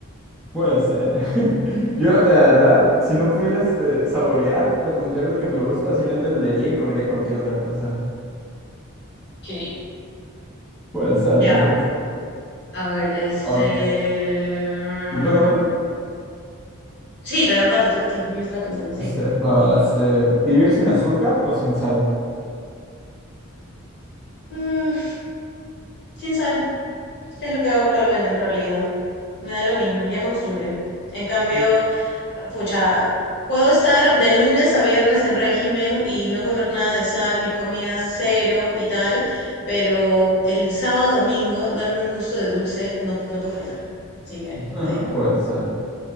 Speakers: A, in the centre; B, on the left.
A: Puede ser. <laughs> Yo, la verdad, si no pudiera este, saborear, me pondría lo que me gusta, simplemente lo leería y comería cualquier otra cosa.
B: Sí.
A: Puede ser,
B: Ya,
A: tal vez.
B: a ver, este...
A: Ok, ¿Me toca a mí?
B: Sí, la verdad, te toca a ti. Yo estaba pensando, sí.
A: Este, va, este, ¿vivir sin azúcar o sin sal?
B: Mm, sin sal, que es lo que hago actualmente en realidad. Me da lo mismo, ya me acostumbré. En cambio,
A: No,
B: Pucha, puedo estar de lunes a viernes en régimen y no comer nada de sal, mis comidas cero y tal, pero el sábado, domingo, darme un gusto de dulce no, no puede faltar. Así que
A: <laughs>
B: me da igual.
A: puede ser.